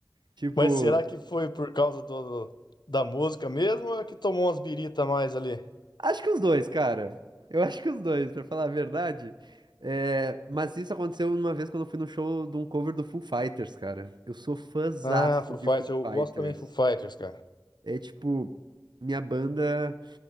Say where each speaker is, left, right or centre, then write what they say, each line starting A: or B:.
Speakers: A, on the right; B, on the left.
A: Tipo,
B: Mas será que foi por causa do, do- da música mesmo ou é que tomou umas birita a mais ali?
A: Acho que os dois, cara. Eu acho que os dois, pra falar a verdade. É, mas isso aconteceu uma vez quando eu fui no show de um cover do Foo Fighters, cara. Eu sou fãzaço
B: Ah, Foo
A: de
B: Fighters,
A: Foo
B: eu
A: Fighters.
B: gosto também de Foo Fighters, cara.
A: É tipo, minha banda